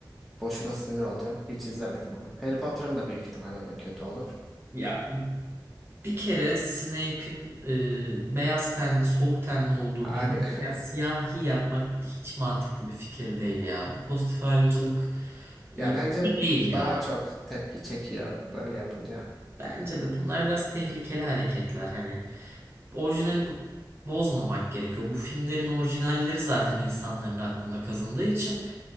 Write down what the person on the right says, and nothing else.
ya bir kere Snape'in e, beyaz tenli, soluk tenli olduğu
bilinirken
siyahi yapmak hiç mantıklı bir fikir değil ya. Bu pozitif ayrımcılık iyi
iyi değil ya.
Bence de bunlar biraz tehlikeli hareketler hani. Orijinali bu- bozmamak gerekiyor. Bu filmlerin orijinalleri zaten insanların aklında kazındığı için